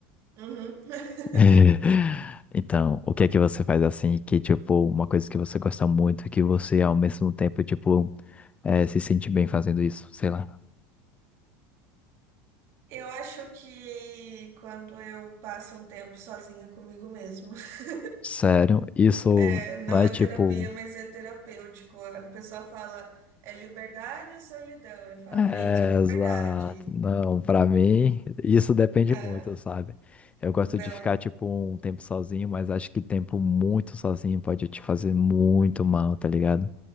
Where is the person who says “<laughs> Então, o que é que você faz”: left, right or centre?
Left